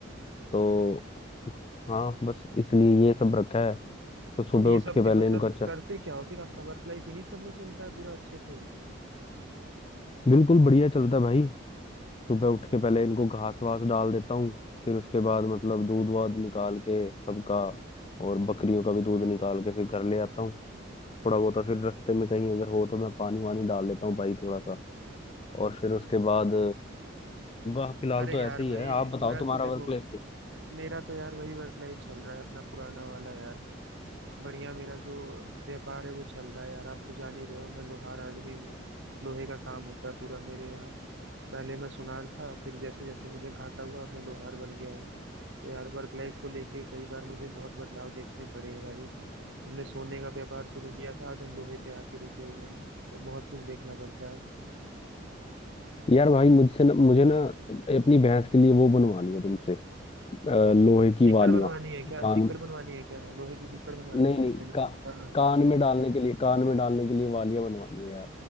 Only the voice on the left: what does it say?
तो हाँ बस इसलिए ये सब रखा है तो सुबह
उठ
के पहले
इनको अच्छा
बिल्कुल बढ़िया चलता है भाई सुबह उठ के पहले इनको घास वास डाल देता हूँ फिर उसके बाद मतलब दूध वाध निकाल के सबका और बकरियों का भी दूध निकाल के फिर घर ले आता हूँ थोड़ा बहुत और फिर रास्ते में कहीं अगर हो तो मैं पानी वानी डाल लेता हूँ भाई थोड़ा सा और फिर उसके बाद वाह फिलहाल
तो
ऐसे
ही है आप बताओ
तुम्हारा
वर्क लाइफ के
यार भाई मुझसे ना मुझे ना अपनी भैंस के लिए वो बनवानी है तुमसे अ, लोहे की
वालियां
कान
नहीं
नहीं
का,
कान में डालने के लिए कान में डालने के लिए वालियां बनवानी है यार